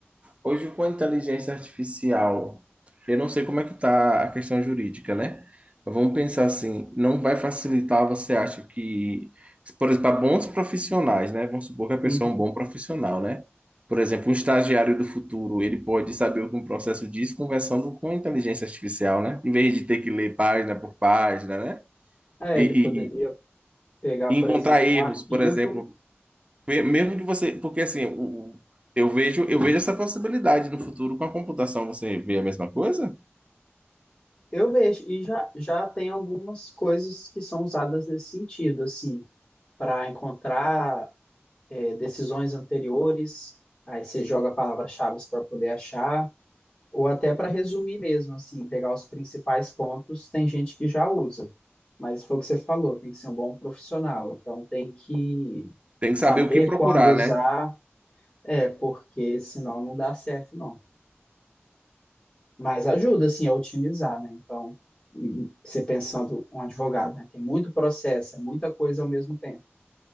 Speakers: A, on the right; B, on the left.
A: Hoje, com a inteligência artificial, eu não sei como é que está a questão jurídica, né? Vamos pensar assim, não vai facilitar, você acha que, por exemplo, para bons profissionais, né? Vamos supor que a
B: Uhum.
A: pessoa é um bom profissional, né? Por exemplo, um estagiário do futuro, ele pode saber o que um processo diz conversando com a inteligência artificial, né? Em vez de ter que ler página por página, né?
B: É,
A: E,
B: ele poderia
A: e-
B: pegar,
A: e
B: por
A: encontrar
B: exemplo,
A: erros,
B: um arquivo.
A: por exemplo, me- Mesmo que você, porque assim, o- eu vejo, eu vejo essa possibilidade no futuro com a computação, você vê a mesma coisa?
B: Eu vejo, e já, já tem algumas coisas que são usadas nesse sentido, assim, para encontrar é, decisões anteriores, aí você joga palavras-chave para poder achar, ou até para resumir mesmo, assim, pegar os principais pontos, tem gente que já usa. Mas foi o que você falou, tem que ser um bom profissional, então tem que
A: Tem
B: saber
A: que saber o que procurar,
B: quando usar,
A: né?
B: é, porque senão não dá certo, não. Mas ajuda, assim, a otimizar, né? Então, e você pensando um advogado, né? Tem muito processo, é muita coisa ao mesmo tempo.